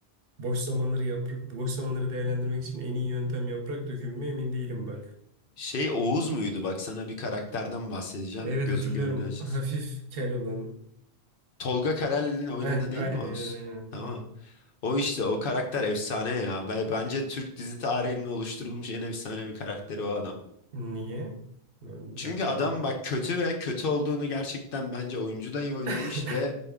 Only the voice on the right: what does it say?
boş zamanları yaprak boş zamanları değerlendirmek için en iyi yöntem yaprak dökümü mü emin değilim bak.
Evet
hatırlıyorum.
Hafif kel olan.
Heh,
aynen
aynen aynen.
O.
Niye? Ben
hatırlayamadım.
<laughs>